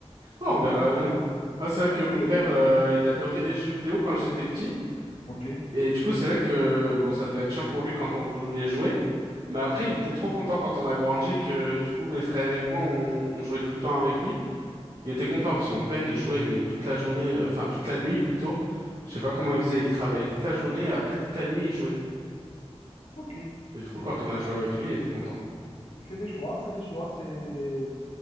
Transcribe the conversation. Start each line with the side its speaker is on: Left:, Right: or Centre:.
Right: Bon,
Left: On
Right: on verra
Left: verra d'ici
Right: bien.
Left: là.
Right: Ah, c'est vrai que mon
Left: Donc,
Right: père, euh, il adorait les jeux vidéo quand j'étais petit.
Left: Ok.
Right: Et du coup, c'est vrai que bon, ça devait être chiant pour lui quand on voulait jouer. Mais après, il était trop content quand on a grandi et que du coup, mes frères et moi, on, on jouait tout le temps avec lui. Il était content parce que mon père, il jouait mais toute la journée, euh, enfin toute la nuit plutôt. Je sais pas comment
Left: Ok.
Right: il faisait, il travaillait toute la journée et après toute la nuit, il jouait.
Left: Ok.
Right: Et
Left: C'est.
Right: du coup, quand on a joué avec lui, il était content.
Left: C'est des choix, c'est des choix, c'est des...